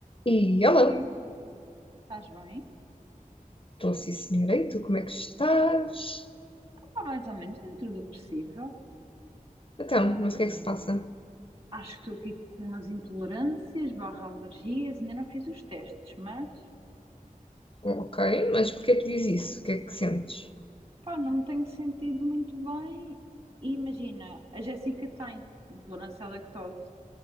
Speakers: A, on the left (about 40°); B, on the right (about 40°).
A: E olá,
B: Oi, estás bem?
A: estou sim senhora, e tu como é que estás?
B: Opa, mais ou menos dentro do possível.
A: Então,
B: Ahm,
A: mas o que é que se passa?
B: acho que estou aqui com umas intolerâncias barra alergias, ainda não fiz os testes, mas
A: Ok, mas porquê é que diz isso? O que é que sentes?
B: pá, não me tenho sentido muito bem. E imagina, a Jéssica tem intolerância à lactose,